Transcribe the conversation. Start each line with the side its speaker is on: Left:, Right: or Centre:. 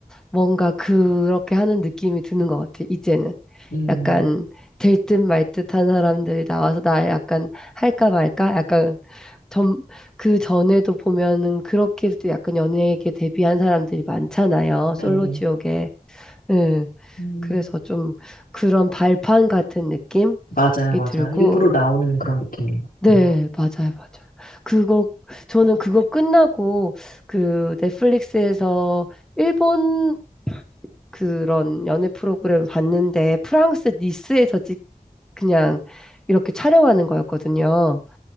Centre: 뭔가 그렇게 하는 느낌이 드는 것 같아, 이제는.
Left: 음,
Centre: 약간 될 듯 말 듯한 사람들이 나와서 나 약간 할까 말까? 약간 점, 그 전에도 보면은 그렇게도 약간 연예계 데뷔한 사람들이 많잖아요.
Left: 네,
Centre: 솔로
Left: 네.
Centre: 지옥에. 예.
Left: 음,
Centre: 그래서 좀 그런 발판 같은 느낌이
Left: 맞아요, 맞아요.
Centre: 들고.
Left: 일부러 나오는 그런 느낌입니다.
Centre: 네,
Left: 음.
Centre: 맞아요, 맞아요. 그거, 저는 그거 끝나고 그 넷플릭스에서 일본 그런 연애 프로그램을 봤는데 프랑스 니스에서 찍 그냥 이렇게 촬영하는 거였거든요.